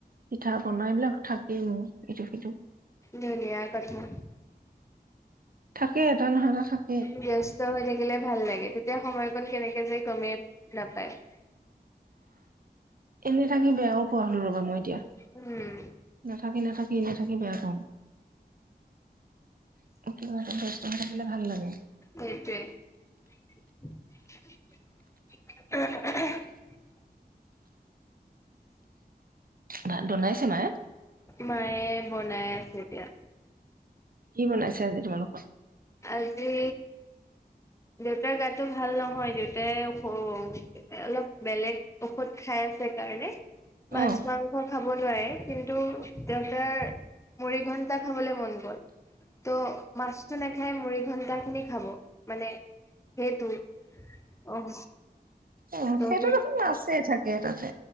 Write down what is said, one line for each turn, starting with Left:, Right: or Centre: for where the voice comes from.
Right: পিঠা পনা এইবিলাক থাকেই মো ইটো সিটো।
Left: ধুনীয়া। কথা।
Right: থাকেব তা নহয় নহয় থা।
Left: ব্যস্ত হৈ থাকিলে ভাল লাগে তেতিয়া সময়কণ কেনেকে যে গমেই নাপায়। <inaudible>
Right: এনে থাকি বেয়াও পোৱা হলো ৰ'বা মই এতিয়া।
Left: উম।
Right: হাহিঁ নাথাক বি নাথাকিবি আকৌ। <unintelligible> খালে ভাল লাগে।
Left: সেটোৱে <unintelligible>
Right: ভাত বনাইছে মায়ে?
Left: মায়ে বনাই আছে এতিয়া।
Right: কি বনাইছে আজি তোমালোকৰ?
Left: আজি দেউতাৰ গাটো ভাল নহয়, দেউতাই অলপ বেলেগ ঔষধ খাই আছে কাৰণে। মাছ
Right: অ'।
Left: মাংস খাব খাব নোৱাৰে, কিন্তু দেউতাৰ মুৰি ঘন্টা খাবলৈ মন গ'ল। ত মাছতটো নাখাই মুৰি ঘন্টা খিনি খাব। মানে, সেই তো অহ
Right: অ
Left: ত'
Right: সেইটো দেখোন মাছেই থাকে তাতে